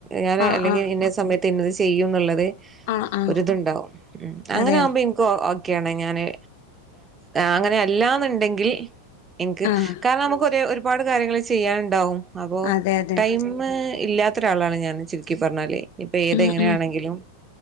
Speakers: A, on the right (about 20°); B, on the left (about 50°).
A: ഞാൻ
B: ആഹ്
A: അല്ലെങ്കിൽ
B: ആഹ്
A: ഇന്ന സമയ ത്ത ഇന്നത് ചെയ്യും എന്നുള്ളത്
B: ആഹ് ആഹ്
A: ഒരിതുണ്ടാവും ഉം അങ്ങനെ
B: അതെ
A: ആവുമ്പോ എനിക്ക് ഓക്കെയാണ് ഞാന് അങ്ങനെ അല്ലാന്നുണ്ടെങ്കിൽ എനിക്ക്
B: ആഹ്
A: കാരണം നമുക്ക് ഒരേ ഒര് ഒരുപാട് കാര്യങ്ങൾ ചെയ്യാനുണ്ടാവും അപ്പോ
B: അതെ അതെ
A: ടൈം ഇല്ലാ ത്ത ഒരാളാണ് ഞാൻ ചുരുക്കി പറഞ്ഞാല് ഇപ്പൊ ഏതെങ്ങനെയാണെങ്കിലും
B: ഉം ഉം